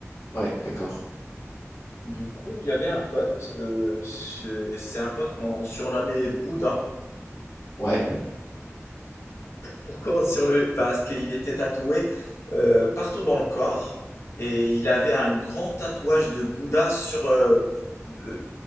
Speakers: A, on the left (about 75°); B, on the left (about 60°).
A: ouais, d'accord.
B: Du coup, il y avait un pote, euh, c'est c'est un pote qu'on surnommait Bouddha.
A: Ouais.
B: Pourquoi on surnommait Parce qu'il était tatoué euh, partout dans le corps et il avait un grand tatouage de Bouddha sur, euh, de-